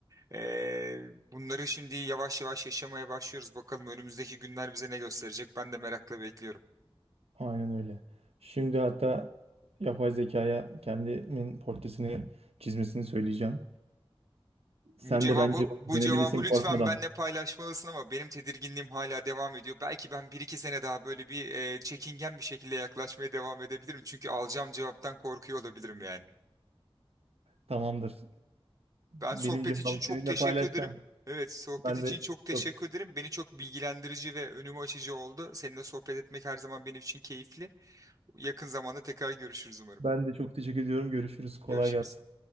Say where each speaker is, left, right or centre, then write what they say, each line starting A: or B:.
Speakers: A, on the right; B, on the right.
A: Eee, bunları şimdi yavaş yavaş yaşamaya başlıyoruz. Bakalım önümüzdeki günler bize ne gösterecek? Ben de merakla bekliyorum.
B: Aynen öyle. Şimdi hatta yapay zekaya kendimin portresini çizmesini söyleyeceğim. Sen
A: Bu cevabı
B: de bence bunu
A: bu
B: denebilirsin
A: cevabı lütfen
B: korkmadan.
A: benle paylaşmalısın ama benim tedirginliğim hala devam ediyor. Belki ben bir iki sene daha böyle bir e, çekingen bir şekilde yaklaşmaya devam edebilirim. Çünkü alacağım cevaptan korkuyor olabilirim yani.
B: Tamamdır.
A: Ben
B: Benim
A: sohbet
B: cevabımı
A: için çok
B: seninle
A: teşekkür
B: paylaşacağım.
A: ederim. Evet, sohbet
B: Ben
A: için
B: de
A: çok teşekkür
B: çok
A: ederim. Beni çok bilgilendirici ve önümü açıcı oldu. Seninle sohbet etmek her zaman benim için keyifli. Yakın zamanda tekrar görüşürüz umarım.
B: ben de çok teşekkür ediyorum. Görüşürüz. Kolay
A: Görüşürüz.
B: gelsin.